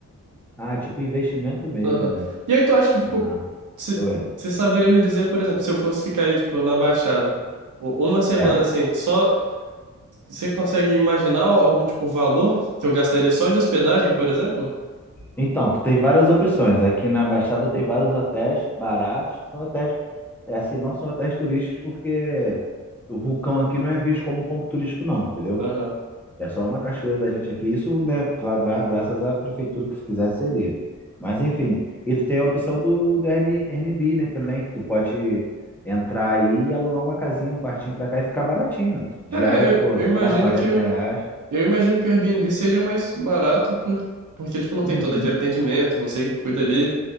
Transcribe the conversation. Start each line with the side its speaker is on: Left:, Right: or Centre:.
Centre: Ah, é tipo investimento mesmo,
Right: Aham.
Centre: né?
Right: E aí tu acha que, tipo,
Centre: Ah,
Right: você
Centre: oi.
Right: você saberia me dizer, por exemplo, se eu fosse ficar aí, tipo, na Baixada, u- uma semana
Centre: É.
Right: assim, só você consegue imaginar algum, tipo, valor que eu gastaria só de hospedagem, por exemplo?
Centre: Então, tu tem várias opções. Aqui na Baixada tem vários hotéis baratos, que são hotéis, é assim, não são hotéis turísticos, porque o vulcão aqui não é visto como ponto turístico, não, entendeu?
Right: Aham.
Centre: É só uma cachoeira da gente aqui. Isso, né, gra- gra- graças à prefeitura que se quisesse seria. Mas enfim, e tu tem a opção do, do Airbnb, Airbnb, né, também, que tu pode entrar aí e alugar uma casinha, um quartinho pra cá e ficar baratinho, mano. Diária,
Right: Cara, é,
Centre: pô,
Right: eu, eu
Centre: sei
Right: imagino
Centre: lá, quarenta
Right: que o,
Centre: reais.
Right: eu imagino que o Airbnb seja mais barato por, porque, tipo, não tem
Centre: Uhum.
Right: todo aquele atendimento, você cuida ali.